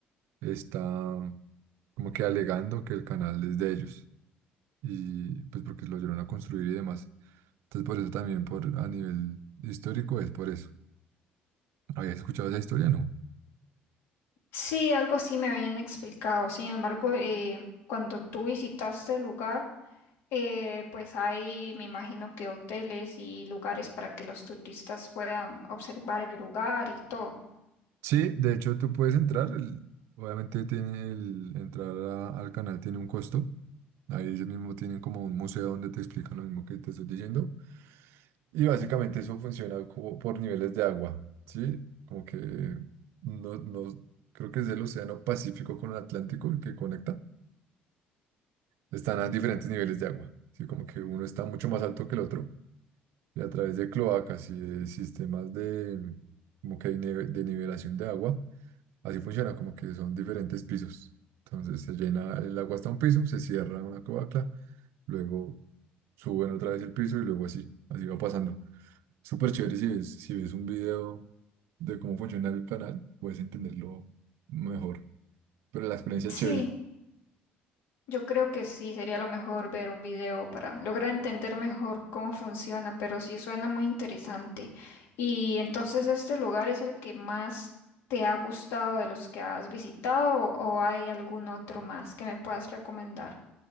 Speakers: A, on the right; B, on the left.
A: está como que alegando que el canal es de ellos. y pues porque lo ayudaron a construir y demás. Entonces por eso también por a nivel histórico es por eso. ¿Habías escuchado esa historia? No.
B: Sí, algo así me habían explicado. Sin embargo, eh, cuando tú visitaste el lugar, eh, pues hay, me imagino que hoteles y lugares para que los turistas puedan observar el lugar y todo.
A: Sí, de hecho tú puedes entrar, el- obviamente tiene el entrar a- al canal tiene un costo. Ahí ellos mismos tienen como un museo donde te explican lo mismo que te estoy diciendo. Y básicamente eso funciona como por niveles de agua, ¿sí? Como que no, no creo que es el Océano Pacífico con el Atlántico el que conecta. Están a diferentes niveles de agua, ¿sí? Como que uno está mucho más alto que el otro. y a través de cloacas y de sistemas de, como que de nive- de nivelación de agua. Así funciona, como que son diferentes pisos. Entonces se llena el agua hasta un piso, se cierra una cloaca, luego suben otra vez el piso y luego así, así va pasando. Súper chévere si ves, si ves un video de cómo funciona el canal, puedes entenderlo mejor. Pero la experiencia
B: Sí,
A: es chévere.
B: yo creo que sí, sería lo mejor ver un video para lograr entender mejor cómo funciona, pero sí suena muy interesante. Y entonces, ¿este lugar es el que más te ha gustado de los que has visitado o o hay algún otro más que me puedas recomendar?